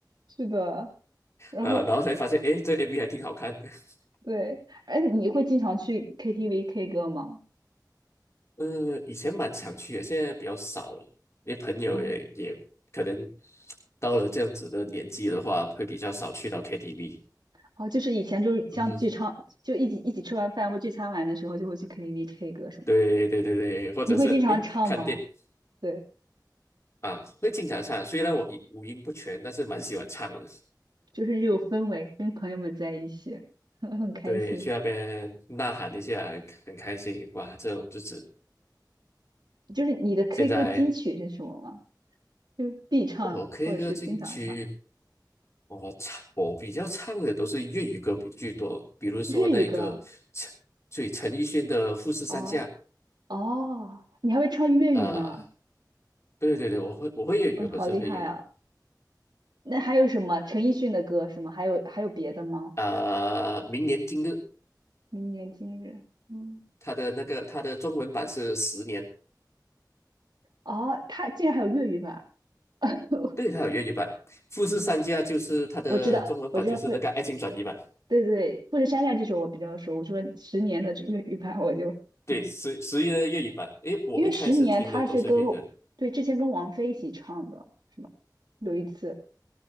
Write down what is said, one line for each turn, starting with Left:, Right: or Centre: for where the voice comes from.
Right: 是的，然后
Left: 呃，然后才发现，诶，这 MV 还挺好看的。<laughs>
Right: 对，哎，你会经常去 KTV K 歌吗？
Left: 呃，以前蛮常去的，现在比较少了，因为朋友也也可能
Right: 嗯，
Left: 到了这样子的年纪的话，会比较少去到 KTV。
Right: 哦，就是以前就是像聚餐，
Left: 嗯，
Right: 就一起一起吃完饭或聚餐完的时候，就会去 KTV K 歌什么，
Left: 对对对对，或者是诶，
Right: 你会经常唱吗？
Left: 看电
Right: 对，
Left: 啊，会经常唱。虽然我五五音不全，但是蛮喜欢唱的。
Right: 就是有氛围，跟朋友们在一起，<laughs> 很很开心。
Left: 对，去那边呐喊一下，很很开心。哇，这种日子
Right: 就是你的 K
Left: 现在
Right: 歌金曲是什么吗？就必唱或者是经常唱
Left: 我 K 歌进去我唱我比较唱的都是粤语歌比居多，比如说那个陈，
Right: 粤语歌。
Left: 所以陈奕迅的《富士山下》
Right: 哦哦，你还会唱粤语呢？
Left: 啊、对对对，我会我会粤语，
Right: 嗯，
Left: 我本身会粤语
Right: 好厉害啊！那还有什么陈奕迅的歌什么？还有还有别的吗？
Left: 啊、明年今日，
Right: 明年今日，嗯，
Left: 他的那个他的中文版是十年，
Right: 哦，他竟然还有粤语版。<laughs>
Left: 对，他有粤语版，《富士山下》就是他的中文版，
Right: 嗯，我知道，我知道富，
Left: 就是那个《爱情转移》版，
Right: 对对，富士山下这首我比较熟。我说十年的这粤语版，我就嗯，
Left: 对，十十一的粤语版。诶，我一开始听的都是粤语的
Right: 因为十年他是跟对之前跟王菲一起唱的，是吧？有一次